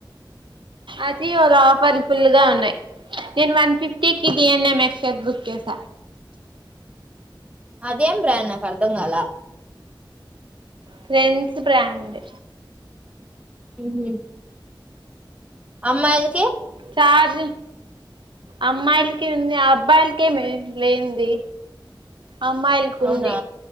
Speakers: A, on the right (about 70°); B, on the right (about 15°).
A: అజీయొలొ ఆఫర్లు ఫుల్లుగా ఉన్ నయ్ నేన్ వన్ ఫిఫ్టీకి డి ఎన్ ఎమ్ మెక్షర్ బుక్ చేస.
B: అదేం బ్రాండ్ నాకర్ధం గాల.
A: Trends brand.
B: ఊహు. అమ్మాయ్ల్కి.
A: ఛార్జ్. అమ్మాయ్లికి ఉంది ఆబ్బాయిల్కేమె లేంది. అమ్మాయిల్కుంది.
B: అవునా